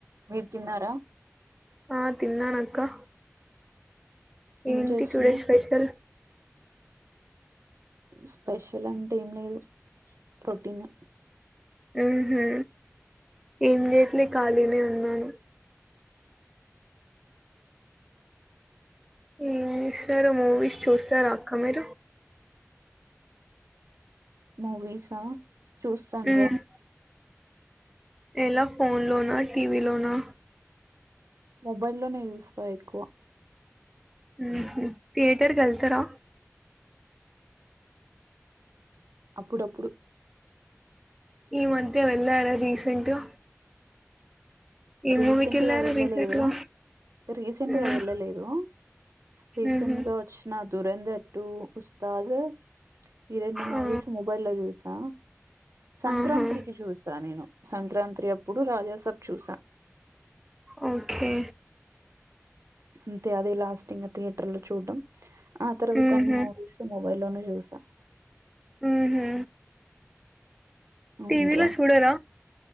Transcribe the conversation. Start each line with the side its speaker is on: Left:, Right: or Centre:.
Right: మీరు తిన్నారా?
Centre: ఆ తిన్నాను అక్కా.
Right: ఏం
Centre: ఏంటి
Right: చేస్తున్నావ్
Centre: టూడే స్పెషల్?
Right: స్పెషల్ అంటే ఏంలేదు. రొటీనే
Centre: ఉహు ఏం చేయట్లేదు. ఖాళీనే ఉన్నాను. ఎంచేస్తరు? మూవీస్ చూస్తర అక్క మీరు?
Right: మూవీసా చూస్తను
Centre: ఉమ్
Right: రా.
Centre: ఎలా ఫోన్ లోనా, టీవీ లోనా?
Right: మొబై లోనే యూస్తా ఎక్కువ
Centre: ఉహు థియటర్ కి ఎల్తారా
Right: అప్పుడప్పుడు
Centre: ఈ మధ్య వె ఎలార రీసెంట్ గా ఏ
Right: రీసెంట్గా
Centre: మూవీకి వెళ్ళారు
Right: వెళ్ళలేదు
Centre: రీసెంట్ గా
Right: రీసెంట్
Centre: ఉమ్
Right: గా వెళ్ళలేదు రీసెంట్
Centre: ఉహు
Right: గా వచ్చిన దురందర్ టూ ఉస్తాద్ ఈ రెండు మూవీస్
Centre: ఆ
Right: మొబైల్ లో చూసా సంక్రాంతికి
Centre: ఆహా
Right: చూసా నేను సంక్రాంతి అప్పుడు రాజాసబ్ చూశా
Centre: ఓకే
Right: అంతే అదే లాస్ట్ ఇంగా థియేటర్ లో చూడ్డం. ఆ తర్వాత
Centre: ఉహు
Right: అన్ని మూవీస్ మొబైల్ లోనే చూ స
Centre: ఉహు
Right: అవున్రా
Centre: టీవీలో చూడరా